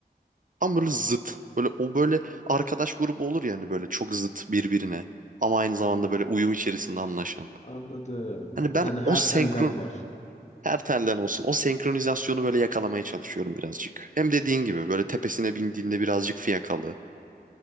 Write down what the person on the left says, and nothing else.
Anladım.
Hani her
telden var.